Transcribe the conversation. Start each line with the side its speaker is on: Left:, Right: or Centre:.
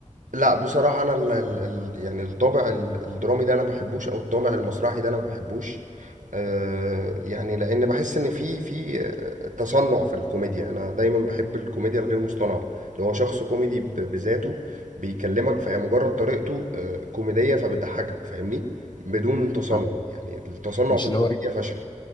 Right: لا بصراحة أنا ال ال ال يعني الطابع ال- الدرامي ده أنا ما بحبوش أو الطابع المسرحي ده أنا ما بحبوش آه، يعني لأن بحس إن في في آه، تصنع في الكوميديا أنا دايما بحب الكوميديا الغير مصطنعة اللي هو شخص كوميدي ب- بذاته بيكلمك فهي مجرد طريقته آه، كوميدية فبتضحكك فاهمني بدون تصنع
Left: آه،
Right: يعني التصنع
Left: مش
Right: في
Left: اللي
Right: الكوميديا
Left: هو
Right: فشل